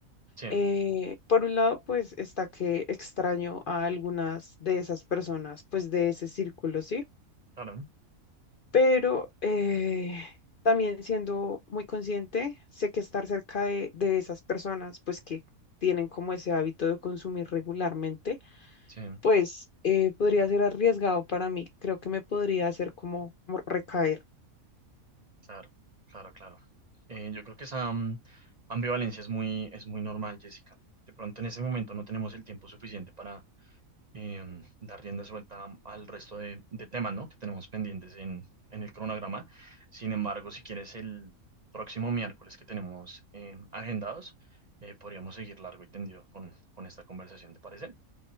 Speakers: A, on the right; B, on the left.
A: Sí,
B: Eh, por un lado, pues está que extraño a algunas de esas personas, pues de ese círculo, ¿sí?
A: claro,
B: Pero eh, también siendo muy consciente, sé que estar cerca de, de esas personas, pues que tienen como ese hábito de consumir regularmente
A: sí.
B: pues eh, podría ser arriesgado para mí. Creo que me podría hacer como, como recaer.
A: Claro, claro, claro. Eh, yo creo que esa mm, ambivalencia es muy, es muy normal, Jessica. De pronto en ese momento no tenemos el tiempo suficiente para em, dar rienda suelta mm, al resto de, de temas, ¿no? que tenemos pendientes en, en el cronograma. Sin embargo, si quieres el próximo miércoles que tenemos em, agendados, eh, podríamos seguir largo y tendido con, con esta conversación, ¿te parece?